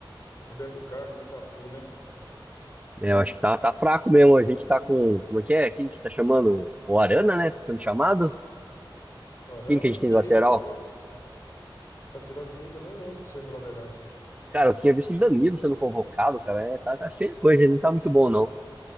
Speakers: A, on the left; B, on the right.
A: o Roberto Carlos e o Cafu, né?
B: né, eu acho que tá, tá fraco mesmo. A gente tá com. Como é que é? Quem que tá chamando? O Arana, né? Tá sendo chamado?
A: O Arana,
B: Quem que a
A: ele
B: gente tem
A: direito
B: de lateral?
A: eu nem lembro. Lateral direito eu nem lembro, pra você falar a verdade.
B: Cara, eu tinha visto o Danilo sendo convocado, cara. É, tá, tá feia a coisa, ele não tá muito bom, não.